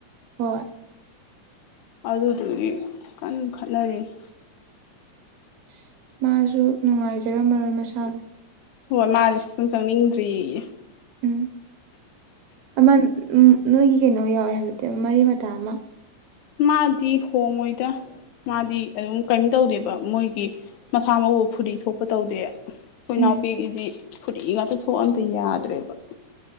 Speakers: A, on the right; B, on the left.
A: ꯍꯣꯏ
B: ꯑꯗꯨꯗꯨꯒꯤ ꯀꯟꯅ ꯈꯠꯅꯔꯤꯅꯤ
A: ꯑꯁ ꯃꯥꯁꯨ ꯅꯨꯡꯉꯥꯏꯖꯔꯝꯃꯔꯣꯏ ꯃꯁꯥꯗꯣ
B: ꯍꯣꯏ ꯃꯥꯗꯤ ꯁꯨꯛꯆꯪ ꯆꯪꯅꯤꯡꯗ꯭ꯔꯦꯌꯦ
A: ꯎꯝ ꯑꯃ ꯅꯣꯏꯒꯤ ꯀꯩꯅꯣ ꯌꯥꯎꯋꯦ ꯍꯥꯏꯕꯗꯨꯗꯤ ꯃꯔꯤ ꯃꯇꯥ ꯑꯃ
B: ꯃꯥꯗꯤ ꯍꯣꯡꯉꯣꯏꯗ ꯃꯥꯗꯤ ꯑꯗꯨꯝ ꯀꯔꯤꯝ ꯇꯧꯗꯦꯕ ꯃꯣꯏꯒꯤ ꯃꯁꯥ ꯃꯎ ꯐꯨꯔꯤ ꯊꯣꯛꯄ ꯇꯧꯗꯦ ꯑꯩꯈꯣꯏ
A: ꯎꯝ
B: ꯅꯥꯎꯄꯤꯒꯤꯗꯤ ꯐꯨꯔꯤ ꯉꯥꯛꯇ ꯊꯣꯛꯑ ꯑꯝꯇ ꯌꯥꯗ꯭ꯔꯦꯕ